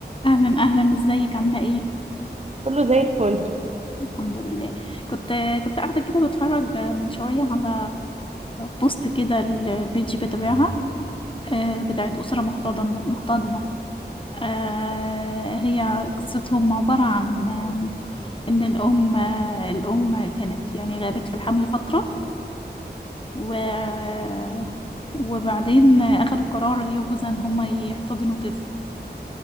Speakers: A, on the left (about 30°); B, on the right (about 40°).
A: اهلا اهلا ازيك عامله ايه
B: كله زي الفل
A: الحمد لله كنت كنت قاعده كده بتفرج من شويه على بوست كده البيج بتابعها آه، بتاعت اسره محتضنه محتضنه آه، هي قصتهم عباره عن آم، ان الام آه، الام كانت يعني غابت في الحمل فتره و وبعدين اخدوا قرار هي وجوزها ان هما يحتضنوا طفل